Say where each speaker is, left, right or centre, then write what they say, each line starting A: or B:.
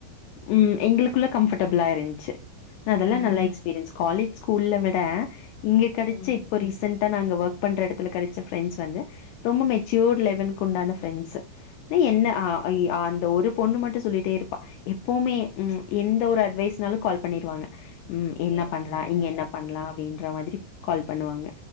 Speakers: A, on the left (about 80°); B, on the left (about 45°).
A: ம் எங்களுக்குள்ள கம்பர்ட்டபிளா இருந்த்ச்சு
B: ம்.
A: அதெல்லா நல்ல எக்ஸ்பீரியன்ஸ் காலேஜ் ஸ்கூல்ல விட இங்க கெடச்ச
B: ம்.
A: இப்போ ரீசெண் ட்டா நாங்க வொர்க் பண்ற எடத்துல கெடச்ச ஃப்ரெண்ட்ஸ் வந்து ரொம்ப மேச்சூர் லெவல்க்கு உண்டான ஃப்ரெண்ட்ஸ் என்ன ஆ இ அந்த ஒரு பொண்ணு மட்டு சொல்லிட்டே இருப்பா எப்போமே ம் எந்த ஒரு அட்வைஷ்னாலு கால் பண்ணிடுவாங்க ம்
B: ஓகே,
A: என்ன
B: ஓகேங்க.
A: பண்லா இங்க
B: ஓகே,
A: என்ன பண்லா அப்டின்ற மாதிரி கால் பண்ணுவாங்க